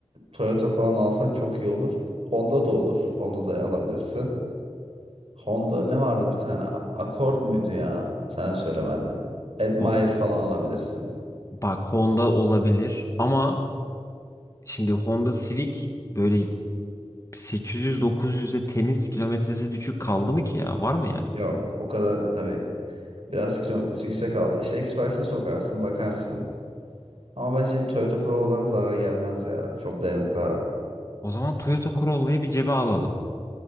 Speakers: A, on the right (about 65°); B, on the left (about 30°).
A: Toyota falan alsan çok iyi olur. Honda da olur. Honda da alabilirsin. Honda ne vardı bir tane? Accord muydu ya? Sen söyle benle. Admire
B: Ho-
A: falan alabilirsin.
B: Bak Honda olabilir ama şimdi Honda Civic böyle 800-900'e temiz kilometresi düşük kaldı mı ki ya? Var mı yani?
A: Yok o kadar tabii. Biraz kilometresi yüksek al. İşte Express'e sokarsın bakarsın. Ama bence Toyota Corolla'dan zarar gelmez ya. Çok dayanıklı araba.
B: O zaman Toyota Corolla'yı bir cebe alalım.